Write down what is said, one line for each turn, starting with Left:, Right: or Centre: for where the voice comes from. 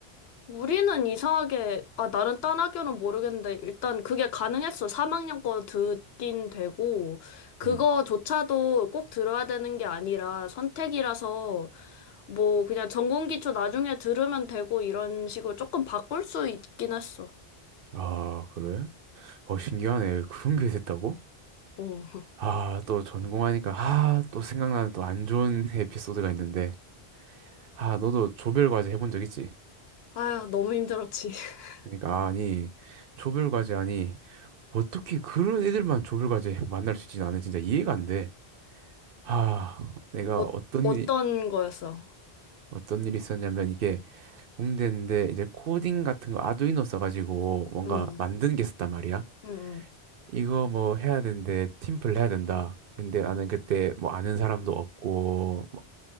Left: 우리는 이상하게, 아, 나는 딴 학교는 모르겠는데, 일단 그게 가능했어. 3학년 거 듣긴 되고, 그거조차도
Right: 음.
Left: 꼭 들어야 되는 게 아니라 선택이라서, 뭐, 그냥 전공 기초 나중에 들으면 되고, 이런 식으로 조금 바꿀 수 있긴 했어.
Right: 아, 그래? 어, 신기하네. 그런 게 됐다고?
Left: 어.
Right: 아, 또 전공하니까, 아, 또 생각나는 또 안 좋은 <laughs> 에피소드가 있는데, 아, 너도 조별과제 해본 적 있지?
Left: 아휴, 너무 힘들었지. <laughs>
Right: 그러니까, 아니, 조별과제, 아니, 어떻게 그런 애들만 조별과제 <laughs> 만날 수 있지? 나는 진짜 이해가 안 돼. 아, 내가
Left: 어,
Right: 어떤
Left: 어떤
Right: 일,
Left: 거였어?
Right: 어떤 일이 있었냐면, 이게 공대인데, 이제 코딩 같은 거 아두이노 써가지고, 뭔가
Left: 음,
Right: 만드는 게 있었단 말이야.
Left: 음,
Right: 이거 뭐 해야 되는데 팀플 해야 된다. 근데 나는 그때 뭐 아는 사람도 없고 뭐